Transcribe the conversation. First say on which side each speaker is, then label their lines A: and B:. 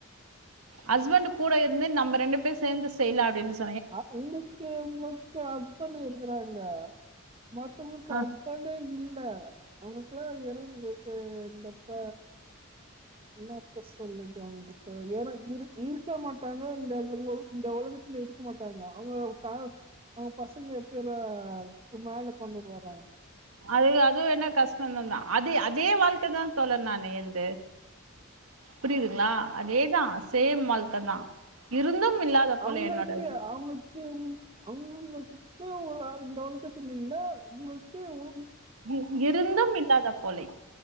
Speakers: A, on the right; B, on the right.
A: ஹஸ்பண்ட் கூட இருந்து நம்ம ரெண்டு பேரு சேர்ந்து செய்யலா அப்டின்னு சொ
B: அ உங்களுக்கு உங்களுக்கு அஸ்பண்ட் இருக்கறாங்க மத்தவங்களுக்கு
A: ஆ
B: ஹஸ்பண்டே இல்ல அவனுக்கெல்லா எறந்துத்தே இருந்தப்ப என்னாத்த சொல்றது அவங்கிட்ட ஏனோ இருக் இருக்க மாட்டாங்க இந்த இந்த ஒல இந்த ஒலக லகத்துல இருக்க மாட்டாங்க அவங்களோ ப அவங் பசங்க எப்பியல்லா கு மேல கொண்டுவருவாங்
A: அது அதுவேணா கஷ்டந்தந்தா அது அதே வாழ்க் கதான் தோழர் நான் என்து புரியுதுங்களா அதேதா சேம் வாழ்க்கதா இருந்தும் இல்லாத போல
B: அவங்களுக்கு
A: என்னோட
B: அவங்கள்க்கு அவங்கள உங்கள வுட்டுட் டு ஒரு ஆள் இந்த ஒலகத்தில் இல்ல உங்களுக்கு உ
A: இவ் இருந்தும் இல்லாத போலே